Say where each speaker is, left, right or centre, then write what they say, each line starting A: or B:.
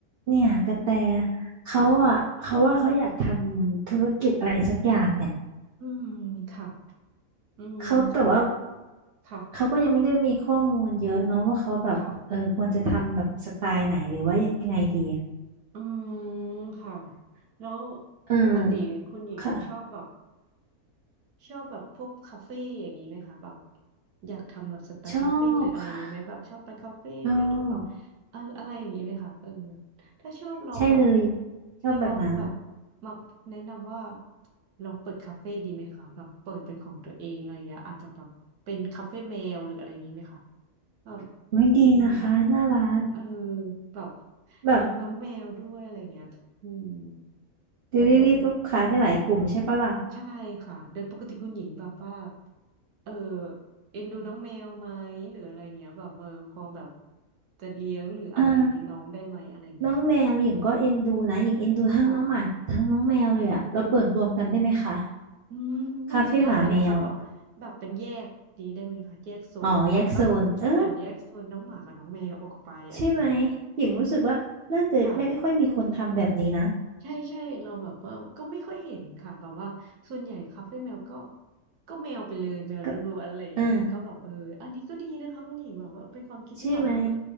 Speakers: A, on the right; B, on the right.
A: เนี่ยกระแตเขาอ่ะเขาว่าเขาอยากทำธุรกิจอะไรสักอย่างเนี่ย
B: ค่ะอืมค่ะอืม
A: เขาแต่ว่า
B: ค่ะ
A: เขาก็ยังไม่ได้มีข้อมูลเยอะเนาะว่าเขาแบบเออควรจะทำแบบสไตล์ไหนหรือว่ายังไงดีอะ
B: ค่ะอืมค่ะแล้ว
A: อืม
B: ปกติคุณหญิงชอบแบบ
A: ค่ะ
B: ชอบแบบพวกคาเฟ่อย่างนี้ไหมคะแบบอยากทำแบบสไตล์คาเฟ่หรืออะไรอย่างนี้ไหมแบบชอบไปคาเฟ่ไปดูแบบ
A: ชอบค่ะชอบ
B: เอออะไรอย่างนี้ไหมคะเออถ้าชอบเราแบบ
A: ใช่เลยชอบแบบนั้น
B: เราลองแบบมาแนะนำว่าลองเปิดคาเฟ่ดีไหมคะแบบเปิดเป็นของตัวเองอะไรอย่างเงี้ยอาจจะแบบเป็นคาเฟ่แมวหรืออะไรอย่างนี้ไหมคะเออ
A: วิ่งดีนะคะน่ารัก
B: อืม เออแบบ
A: แบบ
B: มีน้องแมวด้วยอะไรเงี้ยอืม
A: จะได้เรียกลูกค้าได้หลายกลุ่มใช่ปะล่ะ
B: แต่ว่าใช่ค่ะโดยปกติคุณหญิงแบบว่าเออเอ็นดูน้องแมวไหมหรืออะไรเงี้ยแบบเออพร้อมแบบจะเลี้ยงหรืออะไรเงี้ยน้องได้ไหมอะไรเงี้ยค่ะ
A: อ่า น้องแมวหญิงก็เอ็นดูนะหญิงเอ็นดูทั้งน้องหมาทั้งน้องแมวเลยอะเราเปิดรวมกันได้ไหมคะ
B: ค่ะอืมน่าจะได้นะคะแบบแบบเป็นแยกนี้ได้ไหมคะแยกโซนเนี้ยก็
A: คาเฟ่หมาแมวอะอ๋อแยกโซนเออ
B: เหมือนแยกโซนน้องหมากับน้องแมวออกไปอะไรเงี้ย
A: ใช่ไหมหญิงรู้สึกว่าน่าจะไม่ค่อยมีคนทำแบบนี้นะ
B: ค่ะ ใช่ใช่เราแบบว่าก็ไม่ค่อยเห็นค่ะแบบว่าส่วนใหญ่คาเฟ่แมวก็ก็แมวไปเลยแมวล้วนๆอะไรอย่างเงี้ยค่ะก็แบบเอออันนี้ก็ดีนะคะคุณหญิงแบบว่าเป็นความคิดที่แบบว่าเออ
A: ก็อ่าใช่ไหม